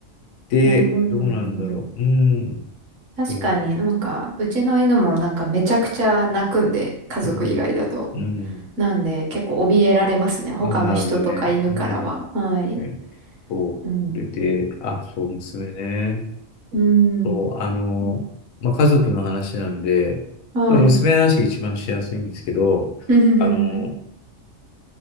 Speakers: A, on the left (about 85°); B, on the right (about 65°).
A: で、
B: なるほど、
A: どうなんだろう。
B: なるほど。
A: うん、
B: 確かになんか、
A: そう。
B: うちの犬もなんかめちゃくちゃ泣くんで、家族以外だと。
A: うん、うん。
B: なんで結構怯えられますね。他の人とか犬からは。
A: あ、なるほどね。うん。
B: はい。
A: えそう。
B: うん。
A: それで、あ、そう、娘ね。
B: うん。
A: そう、あの、
B: うん
A: まあ、家族の話なんで、
B: はい。
A: まあ娘の話が一番しやすいんですけど、
B: <laughs>
A: あの、